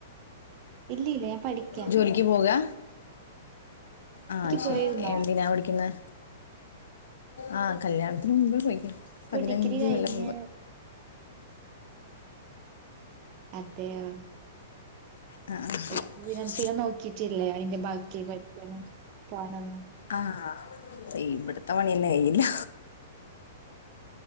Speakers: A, on the right (about 25°); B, on the left (about 85°).
A: ഇല്ല ഇല്ല ഞാൻ പഠിക്കാ
B: ജോലിക്ക് പോകാ ആഹ്
A: ക്ക്
B: ശരി
A: പോയിരുന്നോ
B: എന്തിനാ പഠിക്കുന്നെ ആഹ് കല്യാണത്തിന് മുമ്പ് പോയിക്ക്ണ്
A: ഇപ്പൊ
B: പതിനഞ്ച്
A: ഡിഗ്രി കഴിഞ്ഞ്
B: കൊല്ലം
A: അതെയോ
B: ആഹ്
A: എനിക്ക് പിന്നെ പിന്നെ നോക്കിട്ടില്ലേ അതിന്റെ ബാക്കി പഠിക്കാനും പോകാനൊന്നും
B: ആഹ് ഇവിടത്തെ പണിന്നെ കയിഞ്ഞില്ല